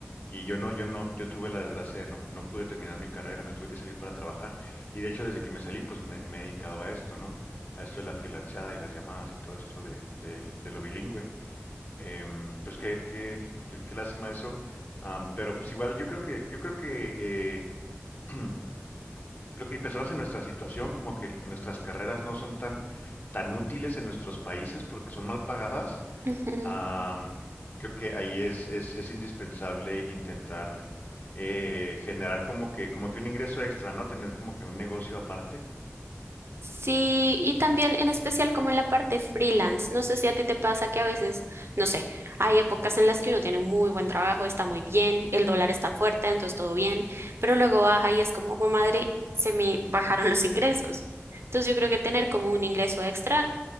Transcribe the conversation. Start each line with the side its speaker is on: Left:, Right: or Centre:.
Left: Y yo no, yo no, yo tuve la desgracia de no, no pude terminar mi carrera, me tuve que salir para trabajar. Y de hecho, desde que me salí, pues me, me he dedicado a esto, ¿no? A esto de la freelanceada y las llamadas y todo esto de, del- de lo bilingüe. Em, pues qué, qué, qué, qué lástima eso. Am, pero pues igual yo creo que, yo creo que, eh, <clears throat> creo que personas en nuestra situación, como que nuestras carreras no son tan, tan útiles en nuestros países porque son mal pagadas.
Right: ujú.
Left: Am, creo que ahí es, es, es indispensable intentar eh, generar como que, como que un ingreso extra, ¿no? Tener como que un negocio aparte.
Right: Sí, y también en especial como en la parte freelance. No sé si a ti te pasa que a veces, no sé, hay épocas en las que uno tiene muy buen trabajo, está muy bien, el dólar está fuerte, entonces todo bien, pero luego baja y es como, "Jue madre, se me bajaron los ingresos. Entonces yo creo que tener como un ingreso extra